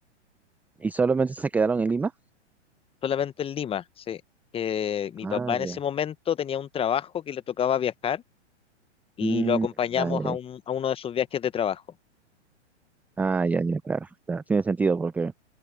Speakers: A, in the centre; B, on the left (about 15°).
A: ¿y solamente se quedaron en Lima?
B: solamente en Lima, sí. Eh, mi
A: Ah,
B: papá en
A: ya.
B: ese momento tenía un trabajo que le tocaba viajar y
A: Mm,
B: lo acompañamos
A: ah, ya.
B: a, un, a uno de sus viajes de trabajo.
A: Ah, ya, ya, claro. claro, Tiene sentido porque,